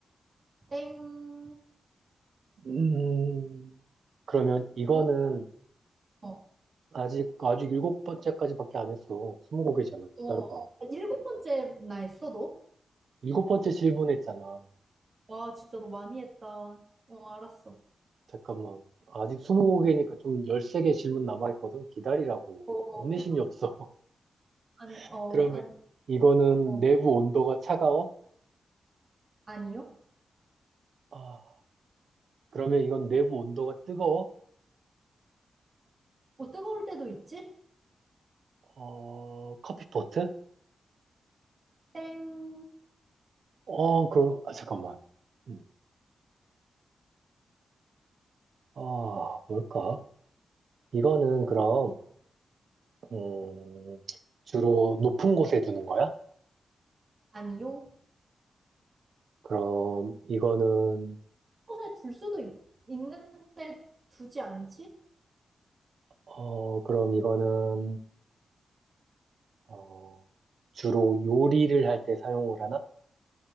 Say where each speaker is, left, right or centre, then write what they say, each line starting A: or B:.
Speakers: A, on the right; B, on the right.
A: 땡.
B: 음, 그러면 이거는
A: 너? 어.
B: 아직, 아직 일곱 번째까지밖에 안 했어. 스무 곡이잖아. 기다려봐.
A: 어. 아, 일곱 번째 나 했어, 너?
B: 일곱 번째 질문했잖아.
A: 와, 진짜 너 많이 했다. 어, 알았어.
B: 잠깐만. 아직 스무 곡이니까
A: 어.
B: 좀 열세 개 질문 남아있거든. 기다리라고.
A: 어, 어,
B: 인내심이
A: 해봐.
B: 없어.
A: 아니,
B: <laughs>
A: 어,
B: 그러면
A: 아니,
B: 이거는
A: 어.
B: 내부 온도가 차가워?
A: 아니요?
B: 아, 그러면 이건 내부 온도가 뜨거워?
A: 어, 뜨거울 때도 있지?
B: 어, 커피포트?
A: 땡.
B: 어, 그럼, 아, 잠깐만. 음, 아, 뭘까? 이거는 그럼, 음, 주로 높은 곳에 두는 거야?
A: 아니요?
B: 그럼 이거는,
A: 곳에 둘 수도 있, 있는데 두지 않지?
B: 어, 그럼 이거는, 어, 주로 요리를 할 때 사용을 하나?